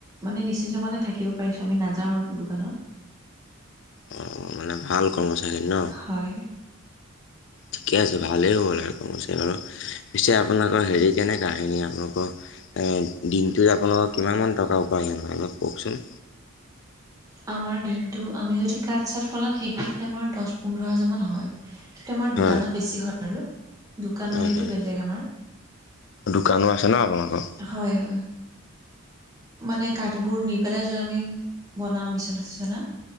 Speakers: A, on the right (about 15°); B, on the left (about 60°).
A: মানে নিশ্চিন্ত মতে থাকিব পাৰিছো আমি নাযাও দোকানত
B: অ মানে ভাল কৰ্মচাৰী ন?
A: হয়
B: ঠিকে আছে ভালেই হ'ব লাগে কৰ্মচাৰী বাৰু পিছে আপোনালোকৰ হেৰি কেনেকোৱা এনেই আপোনালোকৰ এ দিনটোত আপোনালোকৰ কিমান মান টকা উপাৰ্জন হয় অলপ কওকচোন?
A: আমাৰ দিনটো আমি যদি কাঠ চাট ফলাও সেইখিনিত আমাৰ দহ পোন্ধৰ হাজাৰ মান হয়। কিন্তু আমাৰ
B: হয়
A: দোকানত বেছি হয় আৰু দোকানৰ
B: হয়
A: হেৰিটো
B: হয়
A: বেলেগ আমাৰ
B: দোকানো আছে ন আপোনালোকৰ
A: হয় হয় মানে কাঠবোৰ নি পেলাই যত আমি বনাওঁ বিচনা চিচনা